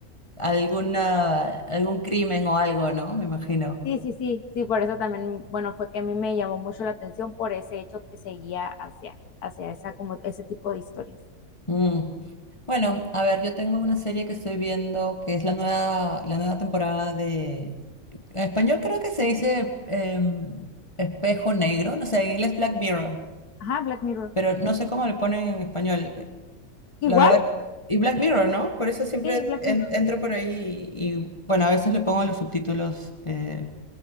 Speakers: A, on the left; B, on the left.
A: alguna, algún crimen o algo, ¿no? Me imagino.
B: Sí, sí, sí, sí, por eso también, bueno, fue que a mí me llamó mucho la atención por ese hecho que seguía hacia, hacia esa, como ese tipo de historias.
A: Mm. Bueno, a ver, yo tengo una serie que estoy viendo que es la nueva, la nueva temporada de... En español creo que se dice em, Espejo Negro, no sé, en inglés Black Mirror,
B: Ajá, Black Mirror.
A: pero no sé cómo le ponen en español, eh,
B: Igual,
A: la verdad. Y Black Mirror, ¿no? Por eso siempre
B: sí, Black
A: en-
B: Mirror.
A: entro por ahí y, y, bueno, a veces le pongo los subtítulos eh,